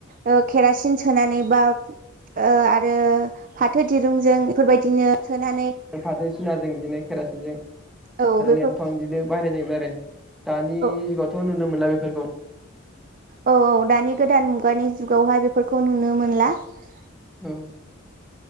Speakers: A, on the right; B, in the centre.
A: ओ केरासिन सोनानै बा ओ आरो फाथो दिरुंजों बेफोरबायदिनो सोनानै
B: फाथो सिनाजों बिदिनो केरासिनजों आरो
A: औ बेफोर
B: लेन्थन बिदिनो बाहायनाय जायोमोन आरो । दानि
A: औ
B: जुगावथ' नुनो मो मोनला बेफोरखौ
A: औ औ दानि गोदान मुगानि जुगावहाय बेफोरखौ नुनो मोनला ।
B: औ